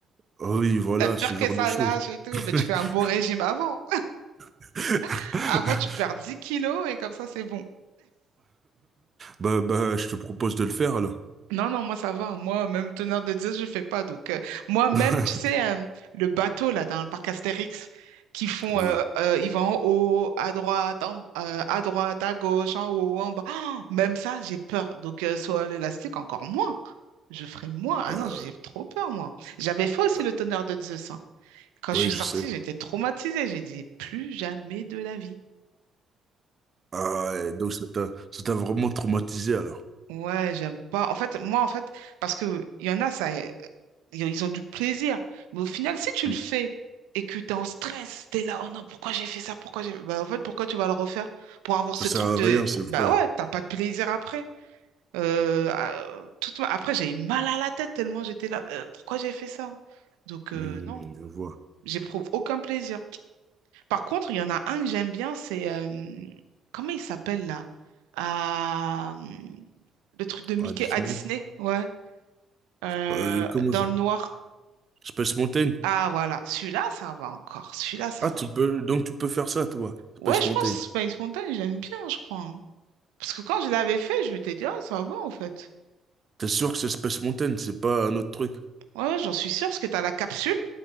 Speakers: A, on the right (about 40°); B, on the right (about 70°).
A: Ah oui, voilà,
B: t'as peur
A: ce genre
B: que ça
A: de choses.
B: lâche et tout.
A: <laughs>
B: Mais tu fais un beau régime avant.
A: <laughs>
B: <laughs> Avant, tu perds 10 kilos et comme ça, c'est bon.
A: Bah, bah, je te propose de le faire alors.
B: Non, non, moi ça va. Moi, même teneur de 10, je fais pas. Donc, euh, moi-même,
A: <laughs>
B: tu sais, euh, le bateau là dans le parc Astérix, qui font,
A: Oui,
B: euh, euh, ils vont en haut, à droite, en- euh, à droite, à gauche, en haut, en bas. Ah, même ça, j'ai peur. Donc, euh, sur l'élastique, encore moins. Je ferai moins. Ah
A: bah,
B: non, j'ai trop peur, moi. J'avais fait aussi
A: bah,
B: le teneur de Zeus. hein. Quand
A: oui,
B: je suis
A: je
B: sortie,
A: sais.
B: j'étais traumatisée. J'ai dit, plus jamais de la vie.
A: Ah, et donc ça t'a, ça t'a vraiment traumatisé alors.
B: Ouais, j'aime pas. En fait, moi, en fait, parce que il y en a, ça, euh, ils ont du plaisir. Mais au final, si tu le
A: Mm.
B: fais et que tu es en stress, tu es là, oh non, pourquoi j'ai fait ça? Pourquoi j'ai... Bah, en fait, pourquoi tu vas le refaire? Pour avoir
A: Ça
B: ce
A: sert
B: truc
A: à
B: de...
A: rien, c'est vrai.
B: Bah ouais, t'as pas de plaisir après. Euh, ah, euh, toute ma- Après, j'ai eu mal à la tête tellement j'étais là, euh, pourquoi j'ai fait ça? Donc,
A: Mm,
B: euh, non,
A: je vois.
B: j'éprouve aucun plaisir. Par contre, il y en a un que j'aime bien, c'est... euh, comment il s'appelle là? Ah, hum, le truc de Mickey
A: Ah, Disney?
B: à Disney, ouais. Euh,
A: Euh, comment
B: dans
A: ça?
B: le noir.
A: Space Mountain?
B: Ah voilà, celui-là, ça va encore. Celui-là, ça
A: Ah, tu
B: va.
A: peux, donc tu peux faire ça, toi.
B: Ouais,
A: Space
B: je
A: Mountain.
B: pense que Space Mountain, j'aime bien, je crois. hein. Parce que quand je l'avais fait, je m'étais dit, ah, ça va en fait.
A: T'es sûr que c'est Space Mountain, c'est pas un autre truc?
B: Ouais, ouais, j'en suis sûre, parce que t'as la capsule